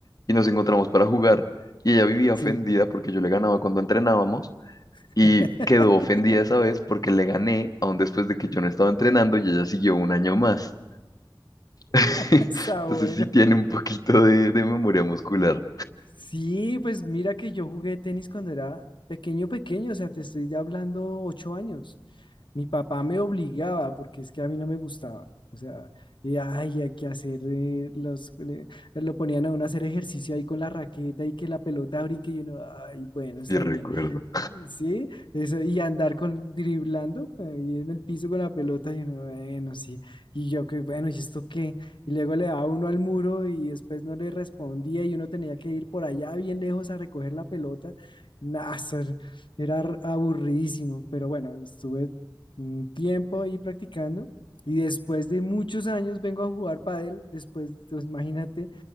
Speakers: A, on the left; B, on the left.
A: y nos encontramos para jugar. Y ella vivía ofendida
B: sí.
A: porque yo le ganaba cuando entrenábamos
B: <laughs>
A: y quedó ofendida esa vez porque le gané aún después de que yo no estaba entrenando y ella siguió un año más. <laughs>
B: Está
A: Entonces
B: bueno.
A: sí tiene un poquito de, de memoria muscular,
B: Sí, pues mira que yo jugué tenis cuando era pequeño, pequeño, o sea, te estoy hablando ocho años. Mi papá me obligaba porque es que a mí no me gustaba. O sea, y, ay, hay que hacer eh, los, eh, lo ponían a uno a hacer ejercicio ahí con la raqueta y que la pelota brinque y uno, ay, bueno, está
A: sí recuerdo.
B: bien. Sí, eso, y andar con driblando ahí en el piso con la pelota y uno, bueno, sí. Y yo que, bueno, ¿y esto qué? Y luego le daba uno al muro y después no le respondía y uno tenía que ir por allá bien lejos a recoger la pelota. Nah, eso era era ar- aburridísimo, pero bueno, estuve un tiempo ahí practicando y después de muchos años vengo a jugar pádel, después, pues, imagínate,